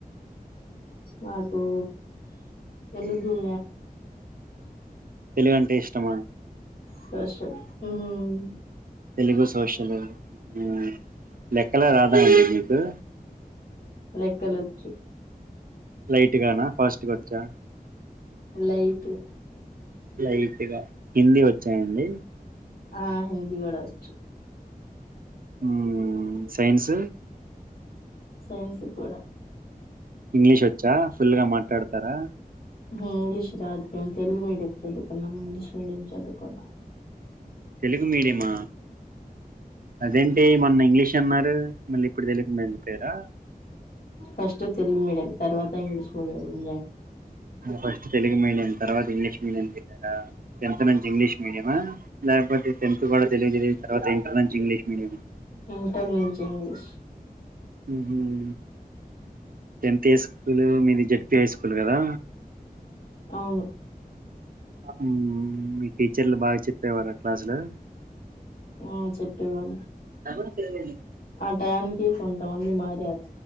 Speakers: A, on the left (about 80°); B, on the right (about 65°).
A: నాకు తెలుగు మ్య.
B: తెలుగుంటే ఇష్టమా.
A: సోషల్ ఉమ్
B: తెలుగు సోషల్ ఉమ్ లెక్కలే రాదాండి మీకు.
A: లెక్కలు వచ్చు.
B: లైట్ గా నా. ఫస్ట్గా వచా
A: లేలైట్
B: లైట్గా కిందీ హిందీ వచాండి
A: ఆ హిందీ కూడా వచ్చు
B: ఉమ్ సైన్స్
A: సైన్సు కూడా
B: ఇంగ్లీష్ వచ్చా ఫుల్ గా మాట్లాడతారా
A: ఉమ్ ఇంగ్లీష్ రాదు మెమ్ తెలుగు మ మీడియం ఎదుకు ఇంగ్లీష్ మీడియం చాదుకోలా
B: తెలుగు మీడియమా అదేంటే మొన్న ఇంగ్లీష్ అన్నారు మళ్ళీ ఇప్పుడు తెలుగు మళిపోయారా
A: ఫస్ట్ తెలుగు మీడియం తర్వాత English medium join
B: first Telugu medium తర్వాత ఇంగ్లీష్ మీడియం చెరారా టెన్త్ నుంచి ఇంగ్లీష్ మీడియ లేకపోతే టెన్త్ కూడా తెలు తర్వాత ఇంటర్ నుంచి ఇంగ్లీష్ మీడియం
A: ఇంటర్నట్ంచి ఇంగ్లీస్
B: ఉహుమ్ టెన్త్ ఏ స్కూల్ మీది జెడ్పీ హై స్కూల్ కదా
A: అవును
B: ఉమ్ మీ టీచర్లు బాగా చెప్పేవారు క్లాసులు
A: ఉమ్ చెప్పేవాళ
B: ఉహు
A: ఆ టైనికి కొంతమంది మారి చారు